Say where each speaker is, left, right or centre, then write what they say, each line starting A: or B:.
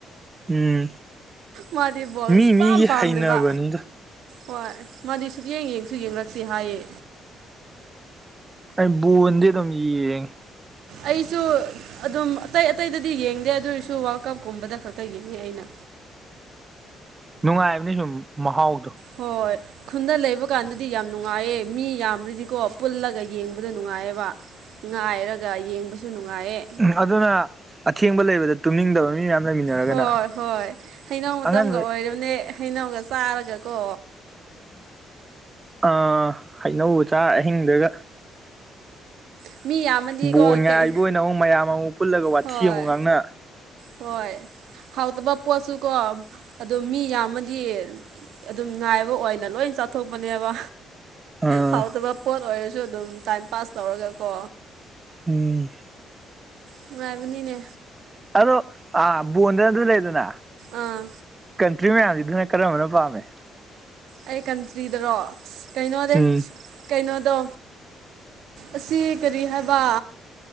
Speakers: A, on the right (about 25°); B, on the right (about 80°).
A: ꯎꯝ
B: ꯃꯥꯗꯤ ꯕꯣꯜ
A: ꯃꯤ
B: ꯁꯨꯄꯥꯝ
A: ꯃꯤꯒꯤ
B: ꯄꯥꯝꯗꯕ
A: ꯍꯩꯅꯕꯅꯤꯗ
B: ꯍꯣꯏ ꯃꯥꯗꯤ ꯁꯨꯛꯌꯦꯡ ꯌꯦꯡꯁꯨ ꯌꯦꯡꯂꯛꯇꯦ ꯍꯥꯏꯌꯦ
A: ꯑꯩ ꯕꯣꯟꯗꯤ ꯑꯗꯨꯝ ꯌꯦꯡꯉꯦ
B: ꯑꯩꯁꯨ ꯑꯗꯨꯝ ꯑꯇꯩ ꯑꯇꯩꯗꯗꯤ ꯌꯦꯡꯗꯦ ꯑꯗꯨ ꯑꯣꯏꯔꯁꯨ ꯋꯥꯔꯜ ꯀꯞꯀꯨꯝꯕꯗ ꯈꯛꯇ ꯌꯦꯡꯉꯦ ꯑꯩꯅ
A: ꯅꯨꯡꯉꯥꯏꯕꯅꯦ ꯁꯨꯝ ꯃꯍꯥꯎꯗꯣ
B: ꯍꯣꯏ ꯈꯨꯟꯗ ꯂꯩꯕ ꯀꯥꯟꯗꯗꯤ ꯌꯥꯝ ꯅꯨꯡꯉꯥꯏꯌꯦ ꯃꯤ ꯌꯥꯝꯔꯗꯤꯀꯣ ꯄꯨꯜꯂꯒ ꯌꯦꯡꯕꯗ ꯅꯨꯡꯉꯥꯏꯌꯦꯕ ꯉꯥꯏꯔꯒ ꯌꯦꯡꯕꯁꯨ ꯅꯨꯡꯉꯥꯏꯌꯦ
A: ꯎꯝ ꯑꯗꯨꯅ ꯑꯊꯦꯡꯕ ꯂꯩꯕꯗ ꯇꯨꯝꯅꯤꯡꯗꯕ ꯃꯤ ꯃꯌꯥꯝ ꯂꯩꯃꯤꯟꯅꯔꯒꯅ
B: ꯍꯣꯏ ꯍꯣꯏ ꯍꯩꯅꯧ ꯃꯇꯝꯒ
A: ꯑꯉꯟꯕ
B: ꯑꯣꯏꯔꯕꯅꯦ ꯍꯩꯅꯧꯒ ꯆꯥꯔꯒꯀꯣ
A: ꯑ ꯍꯩꯅꯧꯒ ꯆꯥꯔ ꯑꯍꯤꯡꯗꯒ
B: ꯎꯝ ꯃꯤ ꯌꯥꯝꯃꯗꯤꯀꯣ
A: ꯕꯣꯟ ꯉꯥꯏꯕ
B: ꯀꯩ
A: ꯑꯣꯏꯅ ꯑꯃꯨꯛ ꯃꯌꯥꯝ ꯑꯃꯨꯛ ꯄꯨꯜꯂꯒ ꯋꯥꯊꯤ
B: ꯍꯣꯏ
A: ꯑꯃꯨꯛ ꯉꯥꯡꯅ
B: ꯍꯣꯏ ꯍꯥꯎꯇꯕ ꯄꯣꯠꯁꯨ ꯀꯣ ꯑꯗꯨꯝ ꯃꯤ ꯌꯥꯝꯃꯗꯤ ꯑꯗꯨꯝ ꯉꯥꯏꯕ ꯑꯣꯏꯅ ꯂꯣꯏ ꯆꯥꯊꯣꯛꯄꯅꯦꯕ
A: ꯑꯥ
B: ꯍꯥꯎꯇꯕ ꯄꯣꯠ ꯑꯣꯏꯔꯁꯨ ꯑꯗꯨꯝ ꯇꯥꯏꯝ ꯄꯥꯁ ꯇꯧꯔꯒ ꯀꯣ
A: ꯎꯝ
B: ꯅꯨꯉꯥꯏꯕꯅꯤꯅꯦ
A: ꯑꯗꯣ ꯑ ꯕꯣꯟꯗ ꯑꯗꯨ ꯂꯩꯗꯅ
B: ꯑꯥ
A: ꯀꯟꯇ꯭ꯔꯤ ꯃꯌꯥꯝꯁꯤꯗꯅ ꯀꯔꯝꯕꯅ ꯄꯥꯝꯃꯦ
B: ꯑꯩ ꯀꯟꯇ꯭ꯔꯤꯗꯔꯣ ꯀꯩꯅꯣꯅꯦ
A: ꯎꯝ
B: ꯀꯩꯅꯣꯗꯣ ꯑꯁꯤ ꯀꯔꯤ ꯍꯥꯏꯕꯥ